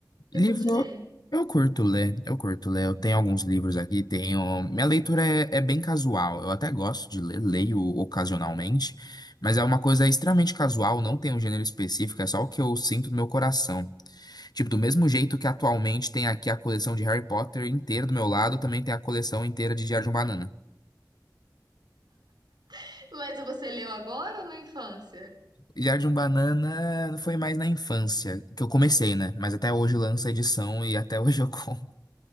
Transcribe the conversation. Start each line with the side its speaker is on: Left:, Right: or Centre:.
Right: Você
Left: Livro,
Right: curte ler?
Left: eu curto ler, eu curto ler. Eu tenho alguns livros aqui, tenho. Minha leitura é, é bem casual. Eu até gosto de ler, leio ocasionalmente, mas é uma coisa extremamente casual, não tem um gênero específico, é só o que eu sinto no meu coração. Tipo, do mesmo jeito que atualmente tem aqui a coleção de Harry Potter inteira do meu lado, também tem a coleção inteira de Diário de um Banana.
Right: <laughs> Mas você leu agora ou na infância?
Left: Diário de um Banana foi mais na infância, que eu comecei, né? Mas até hoje lança edição e até <laughs> hoje eu compro.